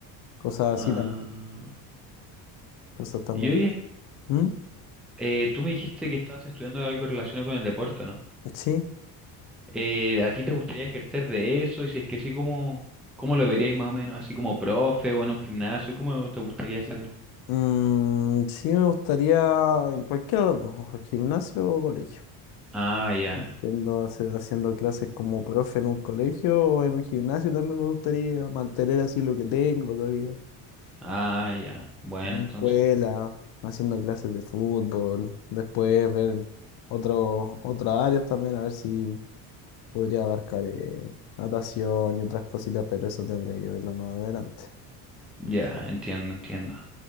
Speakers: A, on the left (about 55°); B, in the centre.
A: cosas así,
B: Ah,
A: tam- cosas también.
B: y oye,
A: ¿Mm?
B: eh, tú me dijiste que estabas estudiando algo relacionado con el deporte, ¿no?
A: Sí.
B: Eh, ¿a ti te gustaría ejercer de eso? Y si es que sí, ¿cómo, cómo lo verías más o menos? ¿Así como profe o en un gimnasio? ¿Cómo te gustaría hacerlo?
A: Mm, sí, me gustaría en cualquiera de los dos, o gimnasio o colegio.
B: Ah, ya,
A: Siendo, hace- haciendo clases como profe en un colegio o en un gimnasio también me gustaría mantener así lo que tengo todavía.
B: ah, ya. Bueno,
A: En la
B: entonces,
A: escuela, haciendo clases de fútbol, después ver otros otras áreas también, a ver si podría abarcar eh, natación y otras cositas, pero eso tendría que verlo más adelante.
B: ya, entiendo, entiendo.